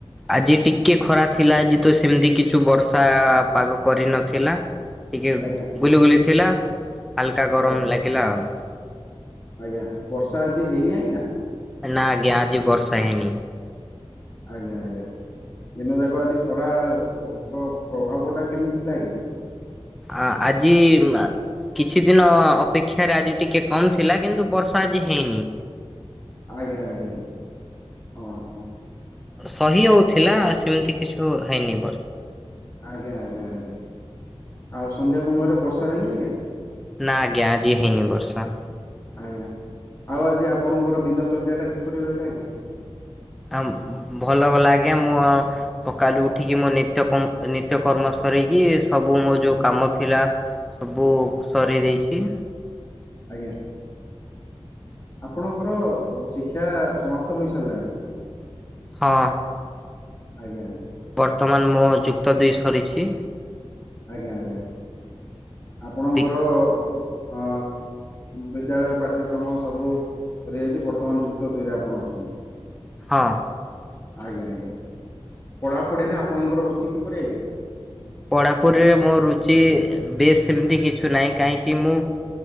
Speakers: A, in the centre; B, on the left.
A: ଆଜି ଟିକଏ ଖରା ଥିଲା ଆଜି ତ ସେମିତି କିଛି ବର୍ଷା ପାଗ କରିନଥିଲା। ଟିକେ
B: ଆଜ୍ଞା
A: ବୁଲି ବୁଲି ଥିଲା ହାଲକା ଗରମ
B: ଆଜ୍ଞା
A: ଲାଗିଲା ଆଉ।
B: ଆଜ୍ଞା ବର୍ଷା ଆଜି ହେଇନି ଆଜ୍ଞା?
A: ନା ଆଜ୍ଞା ଆଜି ବର୍ଷା ହେଇନି।
B: ଆଜ୍ଞା ଆଜ୍ଞା ଦିନ ଯାକ ଆଜି ଖରା ର ପ୍ରଭାବ ଟା କେମିତି ଥିଲା ଆଜ୍ଞା?
A: ଆ ଆଜି କିଛି ଦିନ ଅପେକ୍ଷାରେ ଆଜି ଟିକେ କମ୍ ଥିଲା କିନ୍ତୁ ବର୍ଷା ଆଜି ହେଇନି।
B: ଆଜ୍ଞା ଆଜ୍ଞା ହଁ ହଁ।
A: ସହି ହଉଥିଲା ସେମିତି କିଛି ହେଇନି ଏବର୍ଷ
B: ଆଜ୍ଞା ଆଜ୍ଞା ଆଜ୍ଞା ଆଉ ସନ୍ଧ୍ୟା ସମୟରେ ବର୍ଷା ହେଇନି ଆଜ୍ଞା?
A: ନା ଆଜ୍ଞା ଆଜି ହେଇନି ବର୍ଷା।
B: ଆଜ୍ଞା ଆଉ ଆଜି ଆପଣଙ୍କର ଦିନ ଚର୍ଯ୍ୟା ଟା କିପରି ରହିଲା ଆଜ୍ଞା?
A: ଆ ଭଲ ଭଲ ଆଜ୍ଞା ମୋ ସକାଳୁ ଉଠିକି ମୋ ନିତ୍ୟ କର୍ମ ନିତ୍ୟ କର୍ମ ସରିକି ସବୁ ମୋ ଯେଉଁ କାମ ଥିଲା ସବୁ ସରେଇ ଦେଇଛି।
B: ଆଜ୍ଞା। ଆପଣଙ୍କର ଶିକ୍ଷା ସମାପ୍ତ ହୋଇସାରିଲାଣି?
A: ହଁ।
B: ଆଜ୍ଞା ଆଜ୍ଞା।
A: ବର୍ତ୍ତମାନ ମୋର ଯୁକ୍ତ ଦୁଇ ସରିଛି।
B: ଆଜ୍ଞା ଆଜ୍ଞା ଆପଣଙ୍କର
A: ବି
B: ଅ ବିଦ୍ୟାଳୟ ପାଠ୍ୟକ୍ରମ ସବୁ ସରିଯାଇଛି ବର୍ତ୍ତମାନ ଯୁକ୍ତ ଦୁଇରେ ଆପଣ ଅଛନ୍ତି।
A: ହଁ।
B: ଆଜ୍ଞା ଆଜ୍ଞା ପଢାପଢିରେ ଆପଣଙ୍କର ରୁଚି କିପରି ଆଜ୍ଞା?
A: ପଢ଼ାପଢ଼ିରେ ମୋ ରୁଚି ବେଶ ସେମିତି କିଛି ନାହିଁ କାହିଁକି ମୁଁ